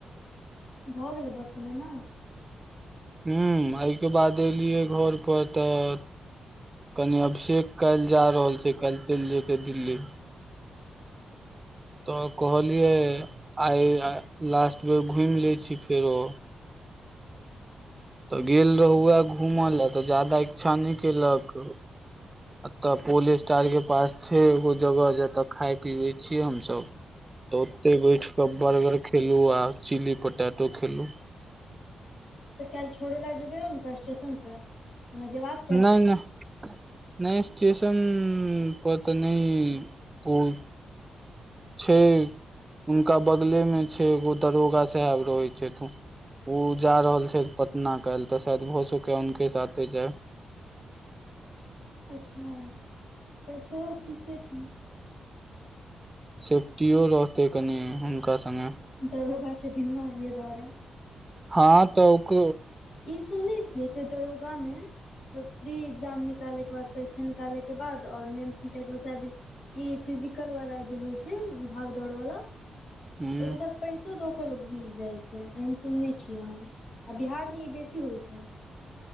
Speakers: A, on the left; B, on the right.
A: भऽ गेलै बसमे न
B: हूं अइके बाद एलियै घर पर तऽ कनि अभिषेक काल्ह जा रहल छै काल् चलि जेतै दिल्ली तऽ कहलियै आइ लास्ट बेर घूमि ले छी फेरो तऽ गेल रहुए घूमय लए तऽ जादा इच्छा नइ केलक एतए पोल स्टार के पास छै एगो जगह जते खाय पीवे छीयै हमसब
A: ह <inaudible>
B: तऽ ओतय बैठ कऽ बर्गर खेलूं आ चिली पोटैटो खेलूं
A: तऽ काल्हि छोड़ै लए जेबै हुनका स्टेशनपे ओना जेयबाक
B: नइ नइ नइ स्टेशन पर तऽ नइ कोइ छै उनका बगले मे छै एगो दरोगा साहेब रहै छथु उ जा रहल छै पटना काल्ह तऽ शायद भ सकै हुनके साथे जाय
A: अच्छा सेहो ठीके छै
B: सेफ्टीयो रहतै कनि हुनका सङ्गे
A: दरोगा छथिन ने ए दुआरे
B: हँ तऽ ओक
A: ई सुनने छियै कि से दरोगामे प्री एग्जाम निकालैके बाद परीक्षा निकालैके बाद आओर मेन्स निकालैके बाद शायदी ई फिजिकल वाला जे होइ छै भाग दौड़ वाला
B: हूँ
A: ओइ मे शायद पैसो द को लोग घुस जाइ छै एहन सुनने छियै हम आ बिहार ई बेसी होइ छै